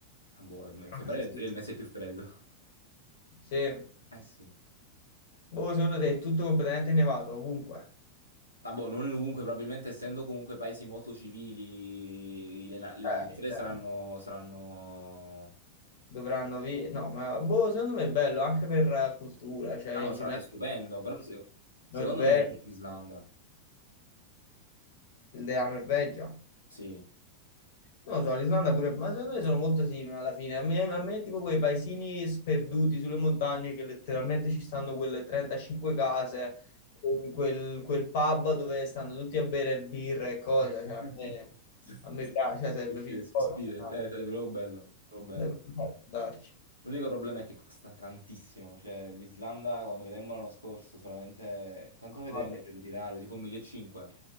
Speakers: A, on the left; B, on the left.
A: Ah, boh, in febbraio
B: Non penso
A: in teoria,
B: che
A: è il mese più freddo. <laughs>
B: sia- Sì,
A: Eh sì.
B: boh, secondo te è tutto completamente innevato, ovunque.
A: Ah, boh, non in ovunque, probabilmente essendo comunque paesi molto civili, le, na- le,
B: Eh,
A: le strade
B: sì.
A: saranno, saranno...
B: dovranno, vi... no, ma, boh, secondo me è bello, anche per eh, cultura, cioè,
A: Ah
B: in
A: no, sarà-
B: generale,
A: è stupendo, però se- secondo
B: Norvegia,
A: me è meglio
B: Norve-
A: che l'Islanda,
B: della Norvegia.
A: sì.
B: Non lo so, l'Islanda pure, ma secondo me sono molto simili alla fine. A me, a me tipo quei paesini sperduti sulle montagne che letteralmente ci stanno quelle 35 case, quel, quel- quel pub dove stanno tutti a bere birra e cose.
A: <laughs>
B: Cioè, a me,
A: Sì,
B: a me piace, cioè, sarebbe
A: sì,
B: figo
A: si ispira,
B: andare.
A: eh, sarebbe proprio bello, proprio
B: Sarebbe
A: bello.
B: figo andarci.
A: L'unico problema è che costa tantissimo, cioè l'Islanda quando vedemmo l'anno scorso solamente, quanto vedemmo
B: Vabbè,
A: il l'itinerario? Tipo 1500?